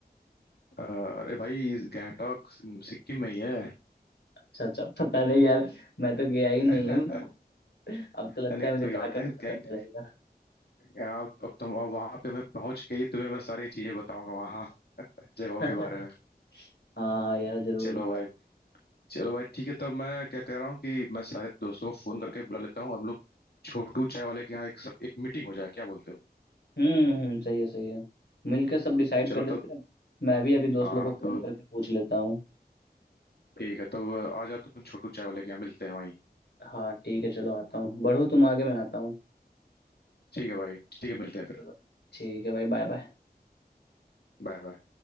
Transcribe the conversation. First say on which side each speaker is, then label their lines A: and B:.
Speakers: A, on the left (about 70°); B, on the left (about 90°).
A: अ, अरे भाई इस गैंगटॉक सिक्किम में ही है
B: अच्छा अच्छा पता नहीं यार मैं तो गया ही
A: <laughs>
B: नहीं हूँ अब तो लगता
A: नहीं नहीं,
B: है मुझे
A: कोई
B: जाकर
A: बात नहीं
B: ही पता
A: गैंग
B: चलेगा
A: या अब तुम अब वहां पे मैं पहुंच के ही तुम्हें मैं सारी चीजें बताऊंगा वहां जगहों
B: <laughs>
A: के बारे में
B: हाँ हाँ यार जरूर
A: चलो भाई चलो भाई ठीक है तब मैं क्या कह रहा हूँ कि मैं सारे दोस्तों को फोन करके बुला लेता हूँ हम लोग छोटू चाय वाले के यहाँ एक सब एक मीटिंग हो जाए क्या बोलते हो
B: हम्म हम्म, सही है सही है मिलकर सब डिसाइड
A: चलो
B: कर लेते
A: तब
B: हैं मैं भी अभी दोस्त
A: हाँ
B: लोग को फोन
A: तो
B: करके पूछ लेता हूँ
A: ठीक है तब आ जाओ तुम छोटू चाय वाले के यहाँ मिलते हैं वहीं
B: हाँ ठीक है चलो आता हूँ बढ़ो तुम आगे मैं आता हूँ
A: ठीक है भाई ठीक है मिलते हैं फिर
B: चलो ठीक है भाई बाय बाय
A: Bye bye